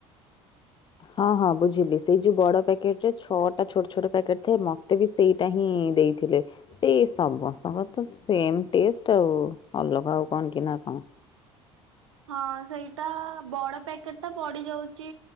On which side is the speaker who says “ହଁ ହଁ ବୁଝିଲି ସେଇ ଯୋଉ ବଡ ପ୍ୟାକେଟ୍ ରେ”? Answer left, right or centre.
Left